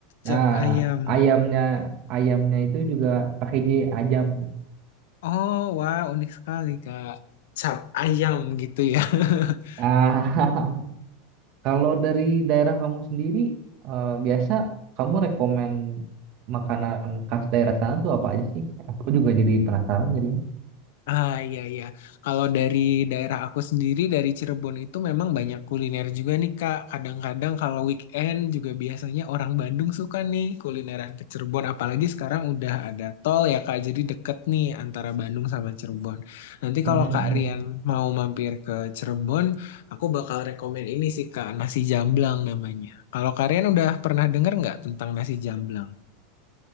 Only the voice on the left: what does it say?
cap
ayam.
Oh, wah, unik sekali, Kak. Cap ayam gitu ya. <laughs>
Ah iya iya. Kalau dari daerah aku sendiri dari Cirebon itu memang banyak kuliner juga nih Kak. Kadang-kadang kalau weekend juga biasanya orang Bandung suka nih kulineran ke Cirebon. Apalagi sekarang udah ada tol ya Kak. Jadi deket nih antara Bandung sama Cirebon. Nanti
kalau Kak Rian mau mampir ke Cirebon, aku bakal rekomen ini sih Kak, nasi jamblang namanya. Kalau Kak Rian udah pernah denger nggak tentang nasi jamblang?